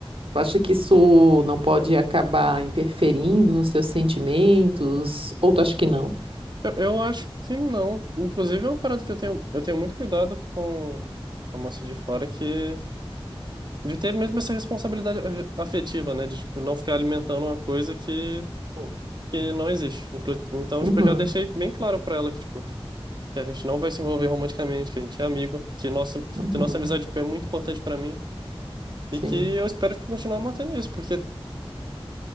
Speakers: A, on the right; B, on the right.
A: Tu acha que isso não pode acabar interferindo nos seus sentimentos? Ou tu acha que não?
B: Eu, eu acho que não. Inclusive, é uma parada que eu tenho, eu tenho muito cuidado com, com a moça de fora, que de ter mesmo essa responsabilidade ave- afetiva, né? De, tipo, não ficar alimentando uma coisa que,
A: Bom,
B: que não existe. Inclu- Então,
A: Uhum,
B: tipo, eu já deixei bem claro pra ela que, tipo, que a gente não vai se envolver romanticamente, que a gente é amigo, que nossa,
A: uhum,
B: que nossa amizade, tipo, é muito importante pra mim. E
A: sim.
B: que eu espero, tipo, continuar mantendo isso, porque